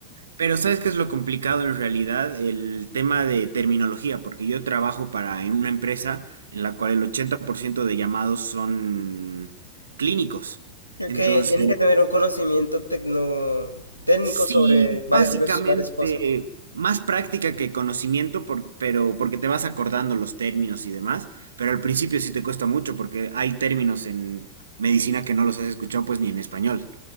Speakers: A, on the right; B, on the right.
A: pero ¿sabes qué es lo complicado en realidad? El tema de terminología, porque yo trabajo para en una empresa en la cual el 80% de llamados son clínicos. Entonces,
B: que tienes que tener un conocimiento tecno, técnico
A: sí,
B: sobre varias,
A: básicamente
B: varias cosas.
A: más práctica que conocimiento, por- pero porque te vas acordando los términos y demás, pero al principio sí te cuesta mucho porque hay términos en medicina que no los has escuchado pues ni en español.